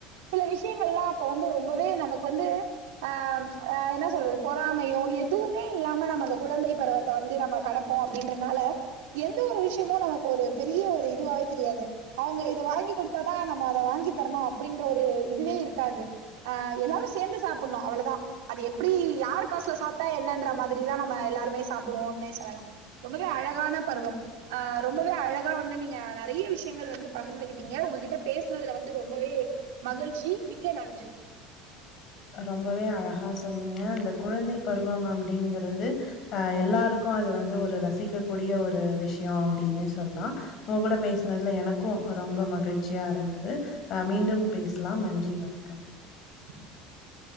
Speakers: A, on the right; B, on the left.
A: சில விஷயங்கள்ல்லா அப்ப வந்து ரொம்பவே நமக்கு வந்து ஆ ஆ என்ன சொல்றது பொறாமையோ எதுவுமே இல்லாம நம்ம அந்த குழந்தை பருவத்த வந்து நம்ம கடப்போ அப்டின்றதுனால எந்த ஒரு விஷயமே நமக்கு ஒரு பெரிய ஒரு இதுவாவே தெரியாது அவுங்க இத வாங்கி குடுத்தாதா நம்ம அத வாங்கி தரணு அப்டின்ற ஒரு இதுவே இருக்காது ஆ எல்லாரு சேந்து சாப்ட்ணு அவ்ளதா அது எப்டி யார் காசுல சாப்ட்டா என்னன்ற மாதிரிதா நம்ம எல்லாருமே சாப்டுவோம்னே சொல்லலா ரொம்பவே அழகான பருவம் ஆ ரொம்பவே அழகா வந்து நீங்க நெறைய விஷயங்கள் வந்து பகிர்ந்துகிட்டீங்க உங்ககிட்ட பேசுனதுல வந்து ரொம்பவே மகிழ்ச்சி மிக்க நன்றி
B: ரொம்பவே அழகா சொன்னீங்க அந்த குழந்தை பருவம் அப்டிங்கிறது ஆ எல்லாருக்கு அது வந்து ஒரு ரசிக்க கூடிய ஒரு விஷயோ அப்டின்னே சொல்லலா உங்க கூட பேசுனதுல எனக்கு ரொம்ப மகிழ்ச்சியா இருந்தது ஆ மீண்டும் பேசலாம் நன்றி றி வணக்கம்
A: உம்